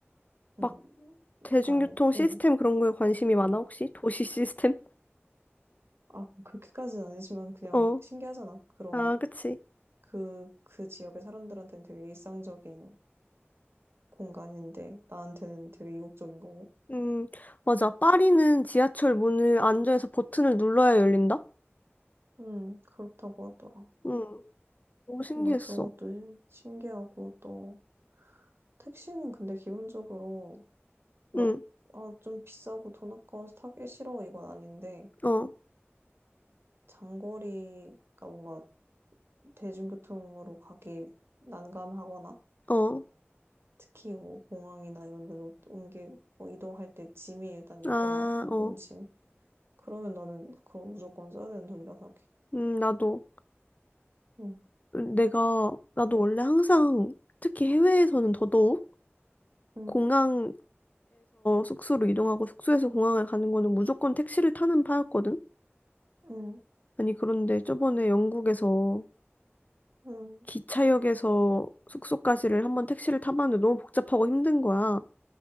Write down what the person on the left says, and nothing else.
막
대중교통
시스템
그런 거에 관심이 많아, 혹시? 도시 <laughs> 시스템?
어.
아, 그치.
음, 맞아. 파리는 지하철 문을 안전에서 버튼을 눌러야 열린다?
응. 너무 신기했어.
응,
어.
어.
아,
어.
음, 나도,
내가, 나도 원래 항상, 특히 해외에서는 더더욱,
공항에서 숙소로 이동하고 숙소에서 공항을 가는 거는 무조건 택시를 타는 파였거든?
아니, 그런데 저번에 영국에서
기차역에서 숙소까지를 한번 택시를 타봤는데 너무 복잡하고 힘든 거야.